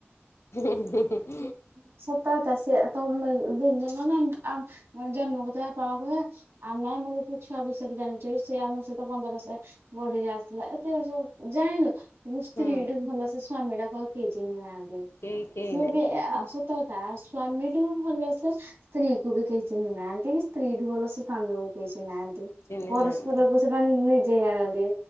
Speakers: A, on the left; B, on the right.
A: <inaudible>
B: <unintelligible> <unintelligible> ବଢ଼ିକି ଆସିଲା ଏତିକ ସବୁ ଜାଇଂଲୁ। ମୁଁ ସ୍ତ୍ରୀ ଟୁ ଭଲ ସେ ସ୍ଵାମୀ ଟାକୁ ଆଉ
A: ହୁଁ
B: କେହି ଚିହ୍ନି ନାହାନ୍ତି।
A: କେହି କେହି
B: ସିଏ
A: ନାହିଁ
B: ବି ଏ ଆ ସତ କଥା ସ୍ଵାମୀ ଠୁ ଭଲସେ ସ୍ତ୍ରୀ କୁ ବି କେହି ଚିହ୍ନିନାହାନ୍ତି କି ସ୍ତ୍ରୀଠୁ ଭଲସେ ସ୍ବାମୀକୁ କେହି ଚିହ୍ନି ନାହାନ୍ତି
A: ଚିହ୍ନି
B: ପରସ୍ପରକୁ
A: ନାହାନ୍ତି
B: ସେମାନେ ନିଜେ ହି ଜାଣନ୍ତି